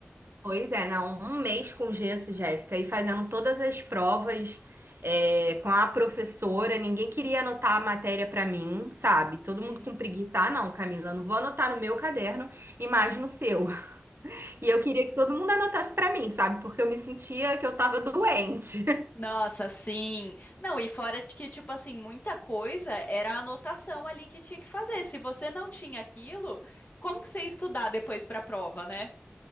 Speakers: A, on the right; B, on the left.
A: Pois é, não, um mês com gesso, Jéssica, e fazendo todas as provas é, com a professora, ninguém queria anotar a matéria pra mim, sabe? Todo
B: Hum.
A: mundo com preguiça. Ah, não, Camila, não vou anotar no meu caderno e mais no seu. <laughs> E eu queria que todo mundo anotasse pra mim, sabe? Porque eu me sentia que eu tava <laughs> doente.
B: Nossa, sim. Não, e fora de que, tipo assim, muita coisa era a anotação ali que tinha que fazer. Se você não tinha aquilo, como que você ia estudar depois para a prova, né?